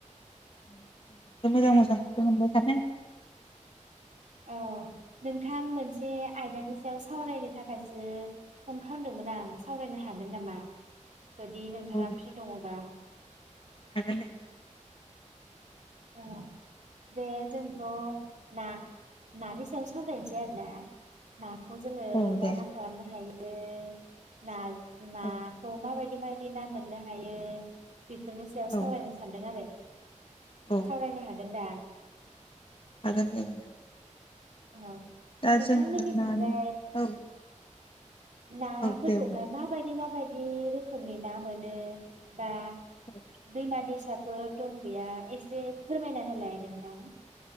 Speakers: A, on the left (about 45°); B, on the right (about 70°).
A: औ अबावथो मोजां मोजां ओंख्रि मोनबाय थानो।
B: औ नोंथां मोनसे आयदानि सायाव सावरायनो थाखायसो फन खालामदोंमोन आं । सावरायनो हागोन नामा? जुदि नोंथांङा
A: औ
B: फ्रि दंङ'बा।
A: हागोन दे नोंथां।
B: ओ बे जोंथ' ना नानि सायाव सावरायनोसै आरोना ना खौ जोंङो
A: औ दे
B: मा मा खालामनो हायो? ए ना नाखौ
A: औ
B: मा बायदि बायदि बायदि ना मोननो हायो। बेफोरनि सायाव
A: औ
B: सावरायनो सानदों आरो
A: औ
B: सावरायनो हागोन दा?
A: हागोन दे नोंथां।
B: औ
A: दा
B: नोंथांमोननिथिंजाय
A: जोङो नानि औ
B: नाफोरखौहाय
A: औ दे बुं
B: माबायदि मा बायदि रोखोमनि ना मोनो बा
A: औ
B: दैमा दैसा फोर दं गैया एसे फोरमायना होलाय नोंथां।